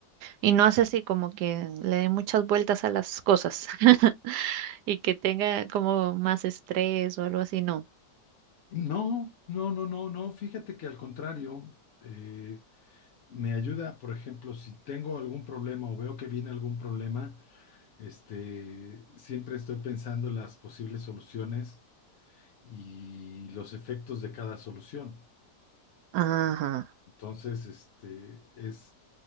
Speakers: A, on the right; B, on the left.
A: Y no hace así como que le dé muchas vueltas a las cosas <laughs> y que tenga como más estrés o algo así, no.
B: No, no, no, no, no. Fíjate que al contrario, eh, me ayuda, por ejemplo, si tengo algún problema o veo que viene algún problema, este, siempre estoy pensando en las posibles soluciones y los efectos de cada solución.
A: Ajá.
B: Entonces, este, es,